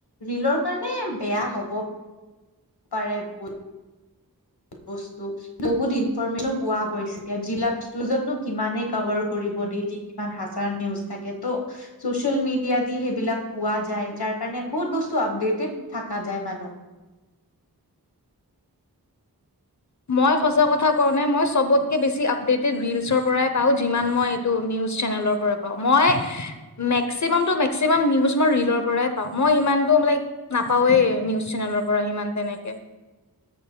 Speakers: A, on the left; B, on the left.
A: ৰীলৰ কাৰণে বেয়া হব পাৰে বহুত বস্তু বহুত ইনফৰমেশচনো পোৱা গৈছেে জিলাকস্তুতনো কিমানে কভাৰ কৰিব ডেইলি কিমান হাচাৰ নিউজ থাকে ত' চচিয়েল মিডিয়া দি সেইবিলাক পোৱা যায় যাৰ কাৰণে বহুত বস্তু আপডেটেড থকা যায় মানুহ
B: মই সঁচা কথা কওঁনে মই সবতকে বেছি আপডেটেড ৰিলচৰ পৰাই পাওঁ যিমান মই নি চেনেলৰ পৰা পাওঁ মই মেক্সি‌ মেক্সিম মই ৰিলৰ পৰাই পাওঁ মই ইমানটোই নাপাওঁৱেই নিউ চেনেলৰ পৰা সিমান তেনেকে